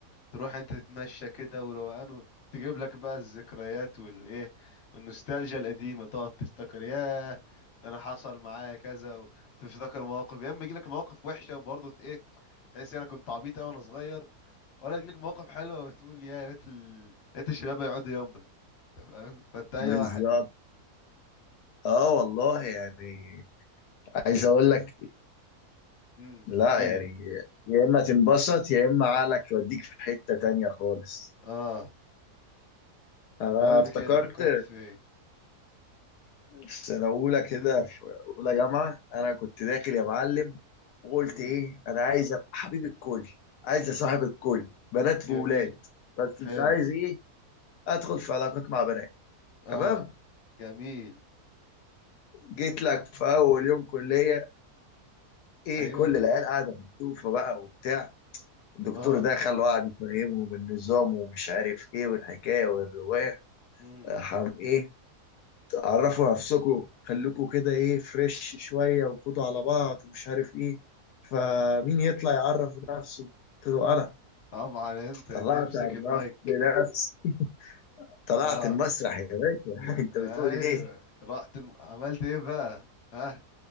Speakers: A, on the left; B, on the left.
A: تروح انت تتمشى كده وروقان وتجيب لك بقى الذكريات والايه والنوستالجيا القديمه تقعد تفتكر ياه ده انا حصل معايا كذا وتفتكر مواقف يا اما يجي لك مواقف وحشه وبرضه ت- ايه تحس انا كنت عبيط قوي وانا صغير ولا تجيلك مواقف حلوه وتقول يا ريت ال... ريت الشباب يقعدوا يوما أنت فاهم فانت اي
B: بالظبط
A: واحد
B: اه والله يعني عايز اقول لك
A: امم
B: لا
A: احكي لي
B: يعني يا اما تنبسط يا اما عقلك يوديك في حتة تانية خالص
A: اه
B: انا
A: قول
B: افتكرت
A: لي كده فكرت في ايه
B: في سنة اولى كده في اولى جامعة انا كنت داخل يا معلم وقلت
A: امم
B: ايه انا عايز ابقى حبيب الكل عايز اصاحب الكل بنات
A: جميل
B: وولاد بس
A: حلو
B: مش عايز ايه ادخل في علاقات مع بنات تمام
A: اه جميل
B: جيت لك في اول يوم كلية ايه
A: ايوه
B: كل العيال قاعدة مكتوفة بقى وبتاع الدكتور
A: اه
B: دخل وقعد يفهمه بالنظام ومش عارف ايه والحكايه والروايه
A: امم
B: حم ايه عرفوا نفسكم خليكم كده ايه فريش شويه وخدوا على بعض ومش عارف ايه فمين يطلع يعرف نفسه قلت له انا
A: طبعا انت تمسك
B: طلعت عرفت
A: المايك
B: نفسي طلعت
A: اه
B: المسرح يا باشا <laughs> انت
A: ايوه
B: بتقول ايه
A: رحت الم... عملت ايه بقى ها